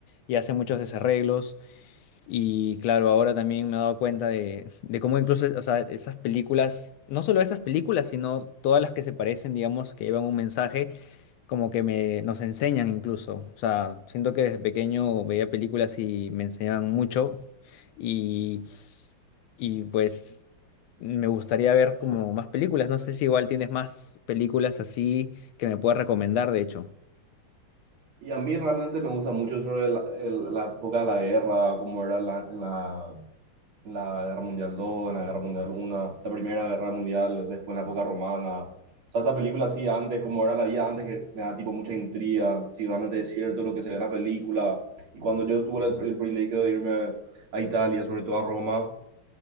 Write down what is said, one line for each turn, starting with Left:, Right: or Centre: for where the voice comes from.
Left: y hace muchos desarreglos. Y claro, ahora también me he dado cuenta de, de cómo incluso, o sea, esas películas, no solo esas películas, sino todas las que se parecen, digamos, que llevan un mensaje, como que me, nos enseñan incluso. O sea, siento que desde pequeño veía películas y me enseñaban mucho. Y, y pues me gustaría ver como más películas. No sé si igual tienes más películas así que me puedas recomendar, de hecho.
Right: Y a mí realmente me gusta mucho sobre la, el- la época de la guerra, como era la, en la, en la Guerra Mundial dos en la Guerra Mundial 1, la Primera Guerra Mundial, después en la época romana. O sea, esa película así antes, como era la vida antes, que me da tipo mucha intriga, si realmente es cierto lo que se ve en la película. Y cuando yo tuve el, el privilegio de irme a Italia, sobre todo a Roma,